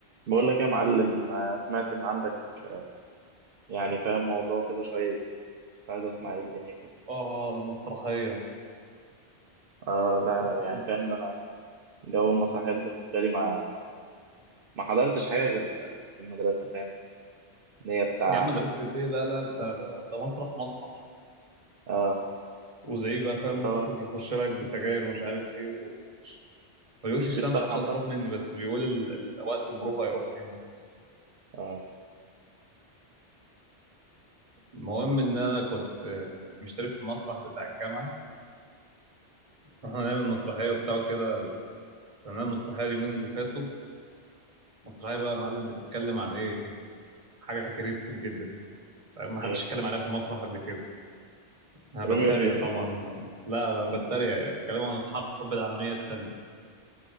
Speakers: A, on the right; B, on the right.
A: بقول لك يا معلم آه، سمعت ان عندك آه، يعني فاهم موضوع كده شويه كنت عايز اسمع ايه الدنيا فيه
B: اه المسرحية
A: اه لا انا
B: كنت
A: يعني فاهم انا جو المسرحيات بالنسبه لي ما ما حضرتش حاجه غير آه، في المدرسه فاهم ان هي بتاع
B: دي عم مدرسة ايه لا لا ده ده, ده مسرح مسرح
A: اه
B: وزي بقى فاهم
A: اللي
B: المخرج
A: هو
B: يخش لك بسجاير ومش عارف ايه ومش ما بيقولش الشمس
A: في ستاره
B: مش
A: حمراء
B: هتروح مني بس بيقول ال... ال... وقت البروفا هيروح مني
A: اه
B: المهم ان انا كنت كنت مشترك في المسرح بتاع الجامعة رحنا نعمل مسرحية وبتاع كده كنا نعمل مسرحية اليومين اللي فاتوا مسرحية بقى يا معلم بتتكلم عن ايه حاجة كريتيف جدا ما حدش
A: ايه
B: اتكلم عليها في المسرح قبل كده انا بتريق
A: روميو وجوليت
B: طبعا لا انا بتريق اتكلموا عن الحرب العالميه الثانيه